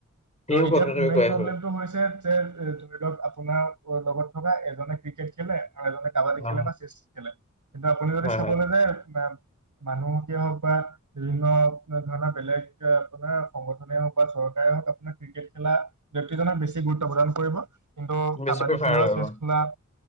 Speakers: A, on the left; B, on the right.
A: সিও
B: ত' এতিয়া
A: কটোতে
B: মেইন
A: কৈ
B: প্ৰব্লেমটো
A: আছো
B: হৈছে। ধৰি লওক আপোনাৰ লগত থকা এজনে ক্ৰিকেট খেলে, এজনে কাবাডী
A: অ
B: খেলে বা চেচ খেলে কিন্তু আপুনি যদি
A: হয়
B: চাবলৈ
A: হয়
B: যায়। মানুহকে হওক বা বিভিন্ন ধৰণৰ বেলেগ আপোনাৰ সংগঠনে হওক বা চৰকাৰ হক আপোনাৰ ক্ৰিকেট খেলা ব্যক্তিজক বেছি গুৰুত্ব প্ৰদান কৰিব কিন্তু
A: বেছি
B: কাবাডী
A: প্ৰিফাৰ
B: খেল বা
A: কৰিব
B: চেছ খেলা